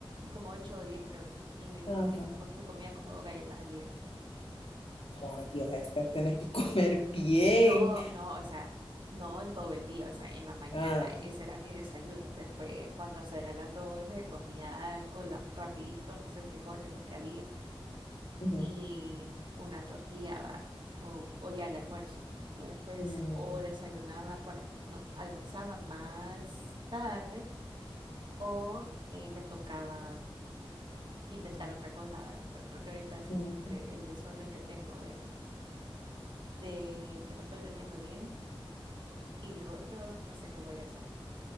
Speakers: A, on the right; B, on the left.
A: como ocho o diez, creo. Y me,
B: Ajá.
A: me, como- me comía como dos galletas al día.
B: Por Dios, Esther, tenés que <laughs> comer bien.
A: No, no, o sea, no en todo el día, o sea, en la mañana.
B: Ah.
A: Ese era mi desayuno. Después, cuando será las 12, comía algo la- rapidito, no sé, frijoles, lo que había.
B: Ujú.
A: Y una tortilla, va, O, o ya el almuerzo. Y después,
B: Mm,
A: o desayunaba, bueno, no, almorzaba más tarde o eh, me tocaba inventar otra cosa, ¿verdad? Pero creo que ahorita sí,
B: ujú.
A: entre el desorden que tengo de que no estoy durmiendo bien y lo otro, no sé qué voy a hacer.